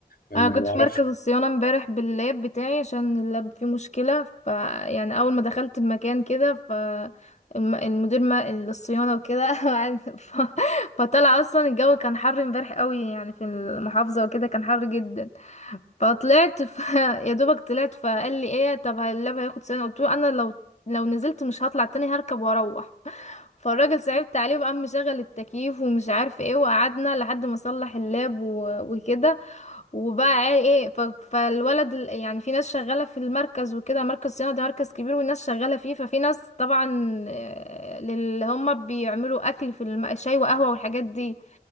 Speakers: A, on the left; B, on the left.
A: يعني
B: انا
A: ما
B: كنت
A: بعرفش
B: في مركز الصيانه امبارح باللاب بتاعي عشان اللاب فيه مشكله ف يعني اول ما دخلت المكان كده ف الم- المدير ما الصيانه وكده <laughs> قعد- ف... فطلع اصلا الجو كان حر امبارح قوي يعني في المحافظه وكده كان حر جدا فطلعت ف... <laughs> يا دوبك طلعت فقال لي ايه طب اللاب هياخد صيانه قلت له انا لو لو نزلت مش هطلع تاني هركب واروح <laughs> فالراجل صعبت عليه وقام مشغل التكييف ومش عارف ايه وقعدنا لحد ما صلح اللاب و... وكده وبقى ايه ف- فالولد ال- يعني في ناس شغالة في المركز وكده مركز صيانة ده مركز كبير والناس شغالة فيه ففي ناس طبعا آه، اللي هم بيعملوا اكل في الم- شاي وقهوة والحاجات دي